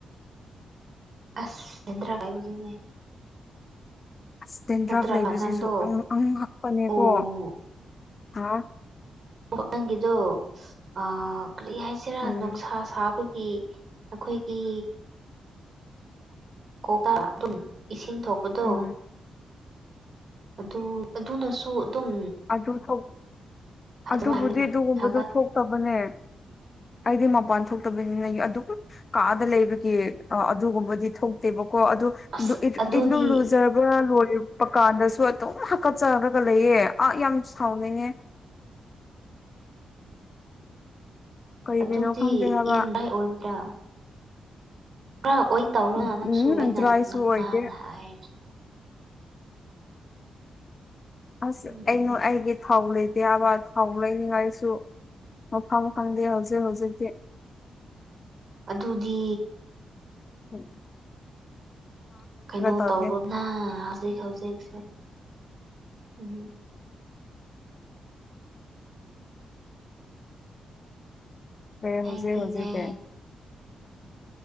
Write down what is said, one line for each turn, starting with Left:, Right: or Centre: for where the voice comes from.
Right: ꯑꯁ ꯆꯦꯗ꯭ꯔꯥ ꯀꯥꯏꯕꯒꯤꯅꯦ
Left: ꯑꯁ ꯇꯦꯟꯗ꯭ꯔꯥꯐ
Right: ꯅꯠꯇ꯭ꯔꯒ
Left: ꯂꯩꯕꯁꯤꯁꯨ
Right: ꯅꯪꯗꯣ
Left: ꯑꯉꯛ ꯑꯉꯛꯄꯅꯦꯀꯣ
Right: ꯑꯣ
Left: ꯍꯥ
Right: ꯅꯪꯒꯤꯗꯣ ꯑꯥ ꯀ꯭ꯔꯤ ꯍꯥꯏꯁꯤꯔꯥ
Left: ꯎꯝ
Right: ꯅꯨꯡꯁꯥ ꯁꯥꯕꯒꯤ ꯑꯩꯈꯣꯏꯒꯤ ꯀꯣꯛꯇꯥ ꯑꯗꯨꯝ ꯏꯁꯤꯡ ꯊꯣꯛꯄꯗꯣ
Left: ꯎꯝ
Right: ꯑꯗꯨ ꯑꯗꯨꯅꯁꯨ ꯑꯗꯨꯝ
Left: ꯑꯗꯨꯗꯣ
Right: ꯍꯥꯒꯠꯍꯜꯂꯤꯅ
Left: ꯑꯗꯨꯕꯨꯗꯤ ꯑꯗꯨꯒꯨꯝꯕꯗꯨ
Right: ꯍꯥꯒꯠ
Left: ꯊꯣꯛꯇꯕꯅꯦ ꯑꯩꯗꯤ ꯃꯄꯥꯟ ꯊꯣꯛꯇꯕꯅꯤꯅ ꯑꯗꯨ ꯀꯥꯗ ꯂꯩꯕꯒꯤ ꯑ ꯑꯗꯨꯒꯨꯝꯕꯗꯤ ꯊꯣꯛꯇꯦꯕꯀꯣ ꯑꯗꯨ
Right: ꯑꯁ ꯑꯗꯨꯗꯤ
Left: ꯏꯂꯨ ꯂꯨꯖ ꯂꯣꯏꯔꯛꯄ ꯀꯥꯟꯗꯁꯨ ꯑꯗꯨꯝ ꯍꯥꯀꯠꯆꯔꯒ ꯂꯩꯌꯦꯦ ꯑꯥ ꯌꯥꯝ ꯁꯥꯎꯅꯤꯡꯉꯦ ꯀꯔꯤꯒꯤꯅꯣ
Right: ꯑꯗꯨꯗꯤ
Left: ꯈꯪꯗꯦ ꯍꯥꯏꯕ
Right: ꯏꯔꯝꯗꯥꯏ ꯑꯣꯏꯕ꯭ꯔꯥ ꯈꯔ ꯑꯣꯏꯅ ꯇꯧꯔꯣ
Left: ꯎꯝ
Right: ꯅꯪꯁꯨ ꯑ ꯉꯅ
Left: ꯗ꯭ꯔꯥꯏꯁꯨ ꯑꯣꯏꯗꯦ
Right: ꯍꯥꯏꯦ
Left: ꯑꯁ
Right: ꯎꯝ
Left: ꯑꯩꯩꯅ ꯑꯩꯒꯤ ꯊꯥꯎ ꯂꯩꯇꯦ ꯌꯥꯕ ꯊꯥꯎ ꯂꯩꯅꯤꯡꯉꯥꯏꯁꯨ ꯃꯐꯝ ꯈꯪꯗꯦ ꯍꯧꯖꯤꯛ ꯍꯧꯖꯤꯛꯇꯤ
Right: ꯑꯗꯨꯗꯤ
Left: ꯎꯝ
Right: ꯀꯩꯅꯣ
Left: ꯇꯧꯒꯦ
Right: ꯇꯧꯔꯣ ꯅ ꯍꯧꯖꯤꯛ ꯍꯧꯖꯤꯛꯁꯦ ꯎꯝ
Left: ꯍ ꯍꯧꯖꯤꯛ
Right: ꯍꯥꯏꯗꯤꯅꯦ
Left: ꯍꯧꯖꯤꯦ ꯀꯦ